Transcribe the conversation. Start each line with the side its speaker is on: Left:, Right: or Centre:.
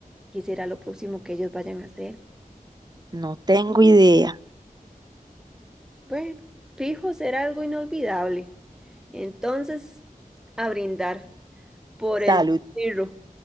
Centre: qué será lo próximo que ellos vayan a hacer?
Right: No tengo idea.
Centre: Bueno, fijo, será algo inolvidable. Entonces, a brindar por
Right: Salud.
Centre: el dinero.